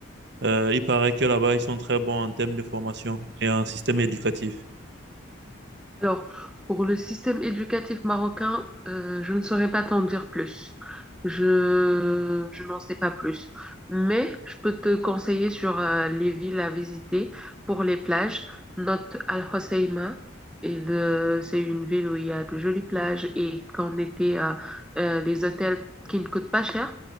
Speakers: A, on the right; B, in the centre.
A: Euh, il paraît que là-bas, ils sont très bons en termes de formation et en système éducatif.
B: Alors, pour le système éducatif marocain, euh, je ne saurais pas t'en dire plus. Je, je n'en sais pas plus. Mais je peux te conseiller sur euh, les villes à visiter pour les plages. Note Al-Hoceima. Et le- c'est une ville où il y a de jolies plages et qu'en été, euh, euh, les hôtels qui ne coûtent pas cher.